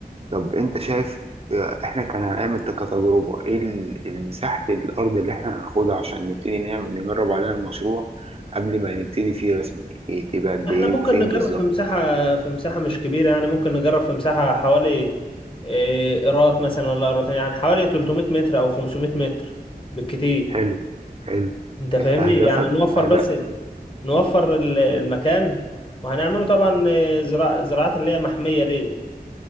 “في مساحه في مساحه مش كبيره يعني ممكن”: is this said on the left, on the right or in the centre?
Left